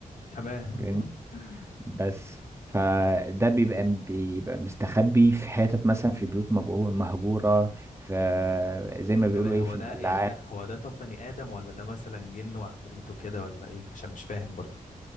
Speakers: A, on the left; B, on the right.
A: تمام
B: فاهمني؟
A: <laughs>
B: بس فده بيبقى بيبقى مستخبي في حتت مثلا في بيوت مجهو- مهجورة في زي ما بيقولوا
A: طب هو
B: ايه في
A: ده
B: البلاعات
A: يعني ده هو ده طب بني آدم ولا ده مثلا جن وعفاريت وكده ولا ايه عشان مش فاهم برضو